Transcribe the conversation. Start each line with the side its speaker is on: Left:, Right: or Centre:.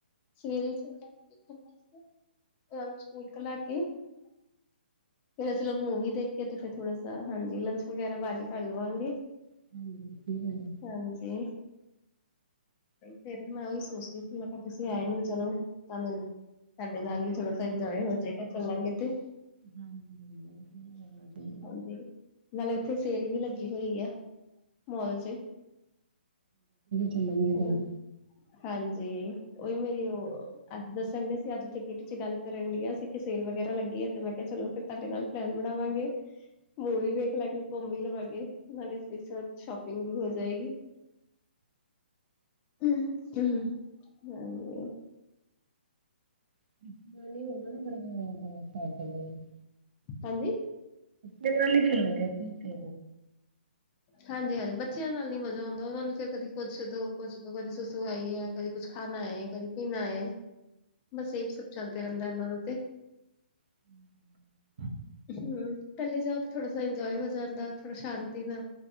Left: ਸਵੇਰੇ ਜਾ ਕੇ <unintelligible> <unintelligible> ਸਕੂਲ ਕ ਲਾਕੇ, ਫੇਰ ਅਸੀ ਲੋਕ ਮੂਵੀ ਦੇਖ ਕੇ ਤੇ ਫੇਰ ਥੋੜਾ ਹਾਂਜੀ ਲੰਚ ਵਗੈਰਾ ਬਾਰ ਈ ਕਰ ਲਵਾਂਗੇ
Right: <inaudible>
Left: ਹਾਂਜੀ। ਫੇਰ ਮੈਂ ਓਈ ਸੋਚਦੀ ਸੀ ਮੈਂ ਕਾ ਤੁਸੀਂ ਆਏ ਨੀ ਚਲੋ ਤਾਨੂੰ ਸਾਡੇ ਨਾਲ ਵੀ ਥੋੜਾ ਸਾ ਇੰਨਜੋਏ ਹੋਜੇਗਾ ਚੱਲਾਂਗੇ ਤੇ
Right: ਹਾਂਜੀ ਹਾਂ ਸਈ ਗਲ ਹੈਗੀ
Left: ਹਾਂਜੀ ਨਾਲੇ ਓਥੇ ਸੇਲ ਵੀ ਲੱਗੀ ਹੋਈ ਆ ਮੋਲ ਚ
Right: ਚੱਲਾਂਗੇ
Left: ਚਲੋ ਹਾਂਜੀ ਓਈ ਮੇਰੀ ਓ ਦੱਸਨ ਡੇ ਸੀ ਅੱਜ ਓਥੇ ਕਿਟੀ ਚ ਗਲ ਕਰਨ ਡੀਆਂ ਸੀ ਕੀ ਸੇਲ ਵਗੈਰਾ ਲੱਗੀ ਐ ਤੇ ਮੈਂ ਕਿਆ ਚਲੋ ਫੇਰ ਤਾਡੇ ਨਾਲ ਪਲੈਨ ਬਣਾਵਾਂਗੇ ਮੂੱਵੀ ਵੇਖ ਲਾਂਗੇ ਕੁਮ ਵੀ ਲਵਾਂਗੇ ਨਾਲੇ ਸ ਸ਼ੋਪਿੰਗ ਵੀ ਹੋ ਜਾਏਗੀ <unintelligible>
Right: <unintelligible>
Left: ਹਾਂਜੀ?
Right: ਪੈਲਾ ਲਿਖ <unintelligible>
Left: ਹਾਂਜੀ-ਹਾਂਜੀ ਬੱਚਿਆਂ ਨਾਲ ਨੀ ਮਜ਼ਾ ਆਂਦਾ ਉਨਾਂ ਨੂੰ ਫਿਰ ਕਦੀ ਕੁੱਛ ਦੋ ਕੁੱਛ ਦੋ ਕਦੀ ਸੁ ਸੂ ਆਈ ਐ, ਕਦੀ ਕੁਛ ਖਾਨਾ ਐ, ਕਦੀ ਪੀਨਾ ਏ। ਬਸ ਐ ਵੀ ਸਭ ਚੱਲਦਾ ਰੈਂਦਾ ਐਨਾਂ ਦਾ ਤੇ
Right: <inaudible>
Left: ਹੂੰ ਕੱਲੇ ਜਾਓ ਤੇ ਥੋੜਾ ਸਾ ਇੰਜੋਏ ਹੋ ਜਾਂਦਾ ਥੋੜਾ ਸ਼ਾਂਤੀ ਨਾ